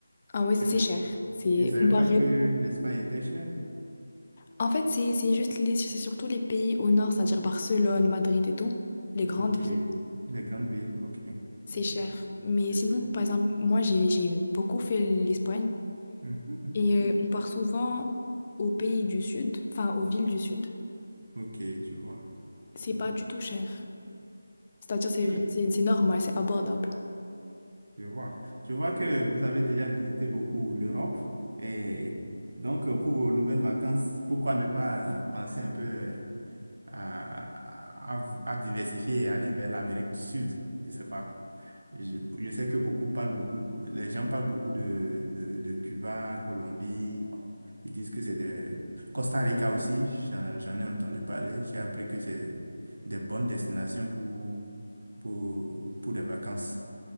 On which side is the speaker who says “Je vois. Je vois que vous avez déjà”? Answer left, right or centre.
Right